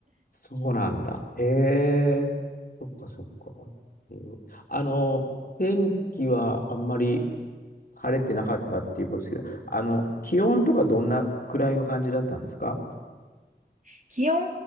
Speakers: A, on the left (about 55°); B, on the right (about 45°).
A: そうなんだ。へえ。そっかそっか。えーあの、天気はあんまり晴れてなかったっていうことですけど、あの、気温とかどんなくらいの感じだったんですか
B: <laughs> 気温